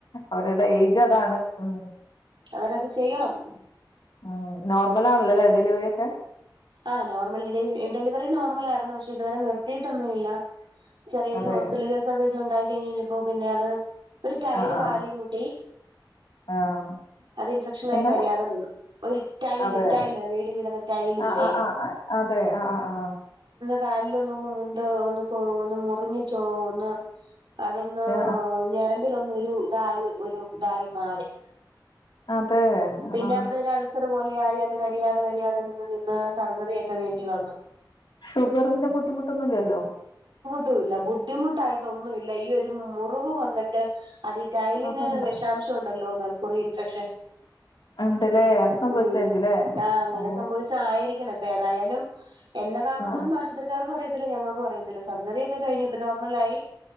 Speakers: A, on the left; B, on the right.
A: അവരുടെ ഏജ് അതാണ് മ്.
B: അവരത് ചെയ്യണം
A: ഉം നോർമൽ ആണല്ലല്ലേ ഡെലിവറി ഒക്കെ
B: ആ നോർമൽ ഡ ഡെലിവറി നോർമൽ ആായിരുന്നു പക്ഷെ ഇതുവരെ നിർത്തിയിട്ടൊന്നുംല്ല ചെറിയൊരു
A: അതെ
B: ഹോസിറ്റല്കേസ് അത്കഴിഞ്ഞ് ഉണ്ടായി അത്കഴിഞ്ഞഴഞ്ഞപ്പോ പിന്നെ അത് ഒരു ടൈല്
A: ആ ആ
B: കാലി മുട്ടി
A: ആ ആഹ്
B: അത് ഇൻഫെക്ഷൻ ആയി
A: എന്താണ്
B: കരിയാതെ നിന്നു ഒരു ടൈൽ
A: അതെ
B: ടൈൽ വീടിലിടന്ന് ടൈലില്ലേ
A: ആ ആ് ആ അതെ ആ ആ ആ
B: കാലിലൊന്ന് വൂണ്ട് ഒന്ന് ഒന്ന് മുറിഞ്ഞു ച്ചോന്ന് അതൊന്ന്
A: ആ
B: ഞരമ്പിലൊന്നുരു ഇതായി ഒരു ഇതായ മാറി
A: ആ അതെ
B: പിന്നെഅവിടൊരു
A: ആ
B: ആൾസർ പോലെയത് കരിയാ കരീയാതെ നിന്ന് നിന്ന് സർജറി ഓക്കെ വേണ്ടി വന്നു
A: ഷുഗറിന്റെ ബുദ്ധിമുട്ടൊന്നുല്ലല്ലോ
B: ട്ടുല ബുധിമു ട്ടായിട്ട ഒന്നുല്ല ഈ ഒരു മുറിവ് വന്നിട്ട് അത് ഈ ടയലിന്
A: അതൊന്ന്
B: വിഷാംശം ഉണ്ടല്ലോ മർ കുറി ഇൻഫെക്ഷൻ
A: ഉണ്ടല്ലേ അത് സംഭവിച്ചായിരികൂല്ലേ
B: ഉം ആഹ് അങ്ങനെ
A: ഓ
B: സംഭവിച്ച ആയിരിക്കണം ഇപ്പൊ ഏതായാലും എന്നതാന്നൊന്നും
A: ആ
B: ആശുത്രിക്കാർക്കു അിറി യത്തില്ല ഞങ്ങൾക്കു അിയതില്ല സർജറി ഒക്കെ കഴിഞ്ഞ ഇപ്പൊനോ മല്ലായി